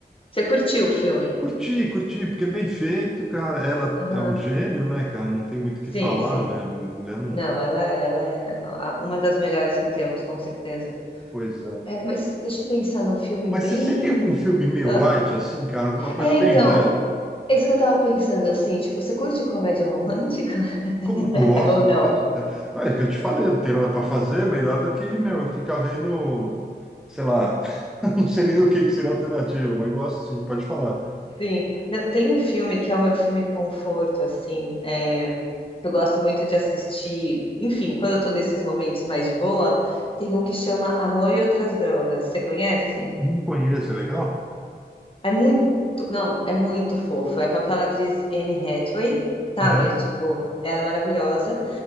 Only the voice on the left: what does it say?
Você curtiu o filme?
Aham.
Sim,
sim.
Não, ela, é- ela é a- uma das melhores que temos, com certeza.
É, mas deixa eu pensar num filme
bem.
Ah,
é,
então,
é isso que eu tava pensando, assim, tipo, você curte comédia romântica <laughs>
ou não?
Sim. Não, tem um filme que é o meu filme conforto, assim, é, que eu gosto muito de assistir. Enfim, quando eu tô nesses momentos mais de boa, tem um que chama Amor e Outras Drogas. Você conhece?
É muito, não, é muito fofo. É com aquela atriz Anne Hathaway, sabe?
Tipo, ela é maravilhosa,